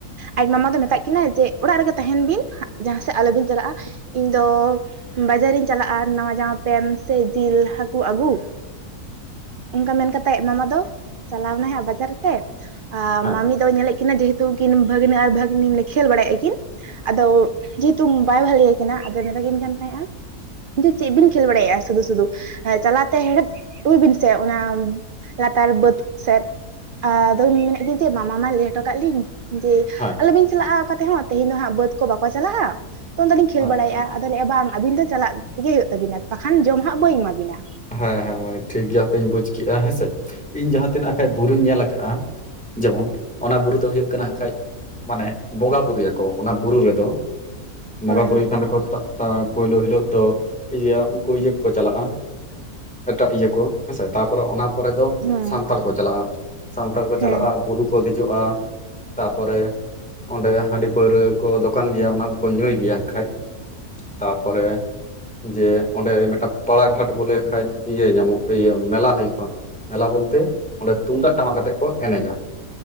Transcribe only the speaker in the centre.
ᱦᱮᱸ
ᱦᱮᱸ
ᱟᱪᱪᱷᱟ
ᱦᱮᱸ ᱦᱮᱸ ᱢᱟᱹᱭ ᱴᱷᱤᱠ ᱜᱮᱭᱟ ᱦᱟᱯᱮᱧ ᱵᱩᱡᱽ ᱠᱮᱜᱼᱟ ᱦᱮᱸᱥᱮ, ᱤᱧ ᱡᱟᱦᱟᱸᱛᱤᱱᱟᱹᱜ ᱦᱟᱸᱜ ᱠᱷᱟᱡ ᱵᱩᱨᱩᱧ ᱧᱮᱞ ᱟᱠᱟᱜᱼᱟ᱾ ᱡᱮᱢᱚᱱ ᱚᱱᱟ ᱵᱩᱨᱩ ᱫᱚ ᱦᱩᱭᱩᱜ ᱠᱟᱱᱟ ᱦᱟᱸᱜ ᱠᱷᱟᱡ ᱢᱟᱱᱮ ᱵᱚᱸᱜᱟ ᱯᱩᱨᱤᱜᱼᱟᱠᱚ ᱚᱱᱟ ᱵᱩᱨᱩ ᱨᱮᱫᱚ᱾ ᱵᱚᱸᱜᱟ
ᱯᱩᱨᱤᱜ
ᱠᱷᱟᱱ ᱫᱚᱠᱚ ᱥᱮᱛᱟᱜ ᱥᱮᱛᱟᱜ ᱯᱳᱭᱞᱳ ᱦᱤᱞᱳᱜ ᱫᱚ ᱤᱭᱟᱹ ᱩᱱᱠᱩ ᱤᱭᱟᱹ ᱠᱚᱠᱚ ᱪᱟᱞᱟᱜᱼᱟ᱾ ᱮᱴᱟᱜ ᱤᱭᱟᱹ ᱠᱚ ᱦᱮᱸᱥᱮ ᱛᱟᱯᱚᱨᱮ ᱚᱱᱟ ᱯᱚᱨᱮ ᱫᱚ
ᱥᱟᱱᱛᱟᱲ ᱠᱚ ᱪᱟᱞᱟᱜᱼᱟ, ᱥᱟᱱᱛᱟᱲ ᱠᱚ
ᱪᱟᱞᱟᱜᱼᱟ ᱵᱩᱨᱩ ᱠᱚ ᱫᱮᱡᱚᱜᱼᱟ᱾ ᱛᱟᱯᱚᱨᱮ ᱚᱸᱰᱮ ᱦᱟᱺᱰᱤ ᱯᱟᱹᱣᱨᱟᱹ ᱠᱚ ᱫᱚᱠᱟᱱ ᱜᱮᱭᱟ ᱚᱱᱟ ᱠᱚᱠᱚ ᱧᱩᱭ ᱜᱮᱭᱟ ᱦᱟᱸᱜ ᱠᱷᱟᱡ᱾ ᱛᱟᱯᱚᱨᱮ ᱡᱮ ᱚᱸᱰᱮ ᱢᱤᱫᱴᱟᱝ ᱯᱟᱲᱟᱜᱷᱟᱴ ᱵᱚᱞᱮ ᱠᱷᱟᱡ ᱤᱭᱟᱹ ᱧᱟᱢᱚᱜ ᱤᱭᱟᱹ ᱢᱮᱞᱟ ᱦᱩᱭᱩᱜᱼᱟ ᱾ ᱢᱮᱞᱟ ᱵᱚᱞᱛᱮ ᱚᱸᱰᱮ ᱛᱩᱢᱫᱟᱜ ᱴᱟᱢᱟᱠ ᱟᱛᱮ ᱠᱚ ᱮᱱᱮᱡᱟ ᱾